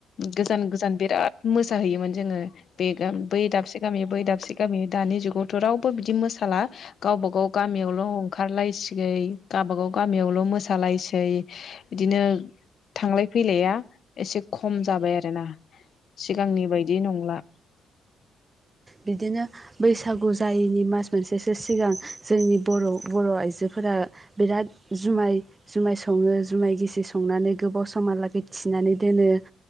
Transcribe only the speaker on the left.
गोजान गोजान बिराद मोसाहैयोमोन जोङो बे गामि बै दाबसे गामि बै दाबसे गामि दानि जुगावथ' रावबो बिदि मोसाला गावबा गाव गामियावल' ओंखारलायसिगै गावबा गाव गामियावल' मोसा सालायसै बिदिनो थांलाय फैलाया एसे खम जाबाय आरो ना सिगांनि बायदि नंला।